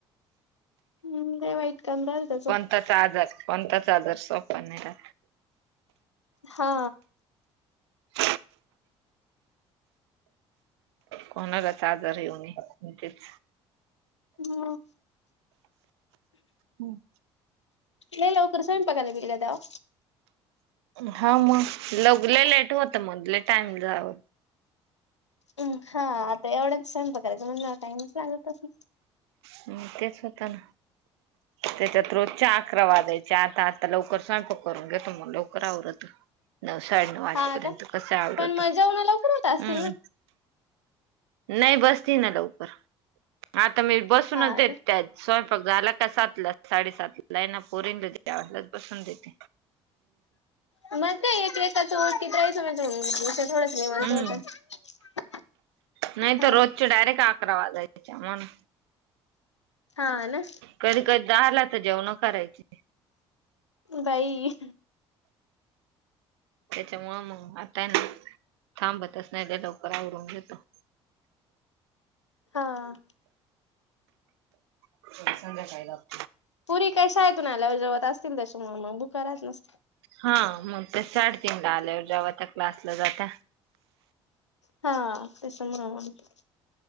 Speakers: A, on the left; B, on the right.
A: हम् काय वाईट काम राहिल त्याचं
B: ताचा आजार पणताचा आजार सोपन नाही रा
A: हा
B: <inaudible> कोणालाच आजार येऊन तेच
A: हम
B: हम्
A: नलोकरर स्वयंपागला बीले दव
B: हा मग लगले लेट होत मधले टाइम जाव
A: हम हा आता एवढाच संयप करायचा म्हण टाइमच लागत त
B: हम तेच होत ना त्याच्यात्रोजच्या अकरा वादाायचा च आत आ लवकर स्वयंपक करून घे तो मग लवकर आवरत नऊ साडेनऊ वाजेपर्यंत
A: हा का
B: कसं आवरडतो
A: पण मग जेवण लवकर होत असतील
B: हम्म
A: ना
B: नाही बसती ना लवकर आता मी बसूनच
A: हा
B: देत
A: का
B: त्यात स्वयंपाक झाला का सातला साडेसातला ला आहे ना पोरीन द पसंद येत
A: मज नाही एक एकाच की त राही समज थोडच नि म्हणत
B: हम्म
A: होत
B: नाही
A: हा
B: तर रोजच्या डायरेक्ट अकरा वाजायच्या म्हण
A: हा, ना.
B: कधी -कधी दहाला तर, जेवण करायची.
A: भाई
B: त्याच्यामुळं मग आताय ना थांबत असत नाही <unintelligible> लवकर आवरून घेतो.
A: हा.
B: <unintelligible> संध्याकाळी <unintelligible>
A: पुरी काय शायेतून आल्यावर जेवत असतील. त्याच्यामुळे, मग बुखा राहत नस
B: हा, मग ते साडतीनला आल्यावर जेवात्या. क्लासला जाता.
A: <inaudible> हा <unintelligible>